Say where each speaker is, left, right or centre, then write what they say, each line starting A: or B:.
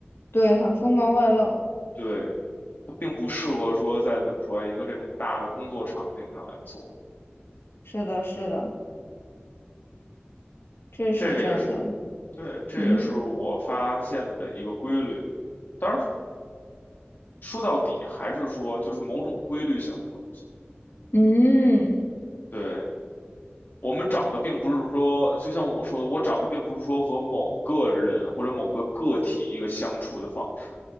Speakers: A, on the left; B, on the left.
A: 对，很锋芒外露，
B: 对。它并不适合说在怎么说一个这种大的工作场景上来做。
A: 是的，是的，这是真的，
B: 这个也是，对，这也是我发现的一个规律。
A: 嗯。
B: 当然，说到底还是说就是某种规律性的东西。
A: 嗯，
B: 对，我们找的并不是说，就像我说的，我找的并不是说和某个人或者某个个体一个相处的方式，